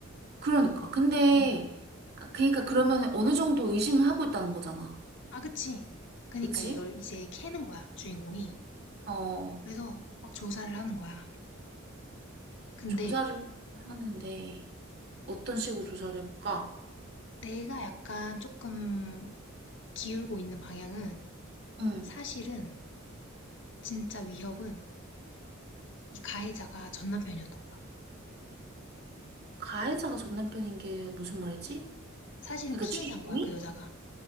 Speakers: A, on the right; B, on the left.
A: 그러니까. 근데
B: 응.
A: 아, 그러니까 그러면 어느 정도 의심을 하고 있다는 거잖아.
B: 아, 그치. 그니까
A: 그치?
B: 러 이걸 이제 캐는 거야, 주인공이.
A: 어,
B: 그래서 막 조사를 하는 거야. 근데
A: 조사를 하는데 어떤 식으로 조사를 해볼까?
B: 내가 약간 조금 기울고 있는 방향은
A: 응
B: 사실은 진짜 위협은 이 가해자가 전 남편이었던 거야.
A: 가해자가 전 남편인 게 무슨 말이지?
B: 사실은
A: 그러니까
B: 피해자인
A: 주인공이?
B: 거야, 그 여자가.